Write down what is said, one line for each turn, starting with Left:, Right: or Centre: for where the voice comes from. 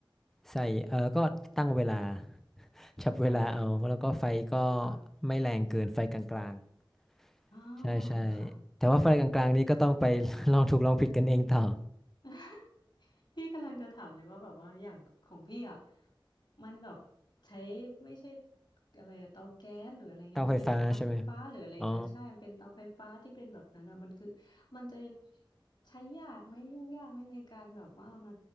Centre: ใส่เออก็ตั้งเวลาจับเวลาเอาแล้วก็ไฟก็
Left: ค่ะค่ะ
Centre: ไม่แรงเกินไฟกลาง
Left: อ่า
Centre: ๆใช่ใช่
Left: ค่ะ
Centre: แต่ว่าไฟกลางๆนี้ก็ต้องไป <laughs> ลองถูกลองผิดกันเองต่อ
Left: <laughs> พี่กำลังจะถามเลยว่าแบบว่าอย่างของพี่อ่ะมันแบบใช้ไม่ใช่อะไรอะเตาแก๊สหรืออะไรเงี้ยมันเป็นกระทะไฟฟ้าหรืออะไรเงี้ยใช่มันเป็นเตาไฟฟ้าที่เป็นแบบนั้นอ่ะมันคือ
Centre: เตาไฟฟ้าใช่ไหมอ๋อ
Left: มันจะใช้ยากไหมยุ่งยากไหมในการแบบว่ามา